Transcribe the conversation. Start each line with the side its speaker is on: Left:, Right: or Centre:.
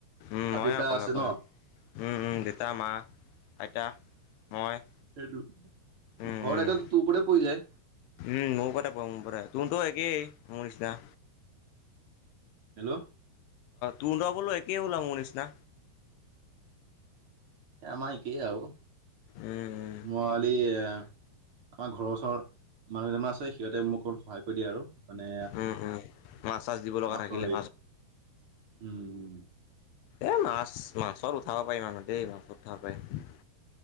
Left: উম
Right: আৰু
Left: ময়
Right: দেউতা
Left: অকলে
Right: আছে
Left: অকলে
Right: ন?
Left: উম উম আইতা মা আইতা মই
Right: ঘৰ
Left: উম উম।
Right: দায়িত্ব তোৰ ওপৰতে পৰি যায়
Left: উম মোৰ ওপৰতে পৰে মোৰ ওপৰতে তোৰতো একেই মোৰ নিচিনা
Right: হেল্ল'।
Left: তোৰ বোলো একেই বোলো মোৰ নিচিনা
Right: এ আমাৰ একেই আৰু
Left: উম উম
Right: মই আলি আমাৰ ঘৰৰ ওচৰৰ মানুহ কেইজনমান আছে সিহঁতে মোক অলপ সহায় কৰি দিয়ে আৰু মানে
Left: উম উম মাছ চাছ দিব লগা
Right: মাছৰ
Left: থাকিলে
Right: হেৰি উম
Left: এ মাছ মাছত উঠাব পাৰি মানুহ দেই মাছত উঠাব পাৰি।